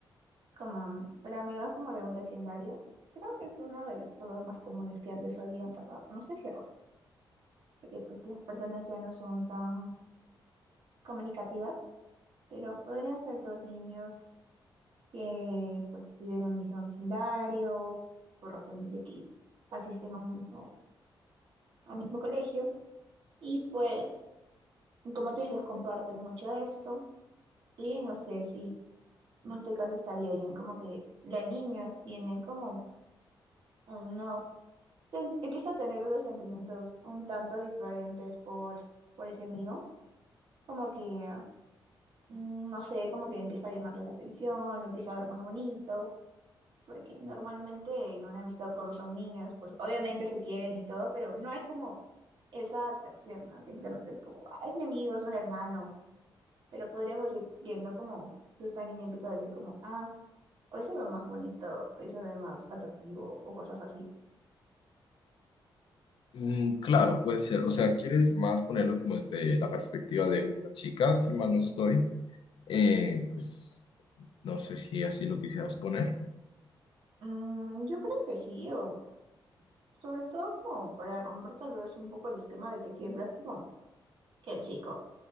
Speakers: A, on the right; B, on the left.
A: como, pero amigos como de un vecindario. Creo que es uno de los problemas más comunes que antes solían pasar. No sé si ahora, porque pues, las personas ya no son tan comunicativas, pero podrían ser dos niños que pues viven en un mismo vecindario, por razones de que asisten a un mismo, a un mismo colegio, y pues, como tú dices, comparten mucho de esto. Y no sé si en este caso estaría bien como que la niña tiene como unos, sen- empieza a tener unos sentimientos un tanto diferentes por, por ese amigo, como que, mm, no sé, como que empieza a llamarle la atención, lo empieza a ver más bonito, porque normalmente en una amistad cuando son niños, pues obviamente se quieren y todo, pero no hay como esa atracción, ¿no? Simplemente es como, ah, es mi amigo, es un hermano, pero podríamos ir viendo como esta niña empieza a decir como, ah, hoy se ve más bonito, hoy se ve más atractivo o cosas así.
B: Mm, claro, puede ser, o sea, quieres más ponerlo como desde la perspectiva de una chica, si mal no estoy, Eh, pues no sé si así lo quisieras poner,
A: Mm, yo creo que sí, o Sobre todo como para romper tal vez un poco el esquema de que siempre es como que el chico,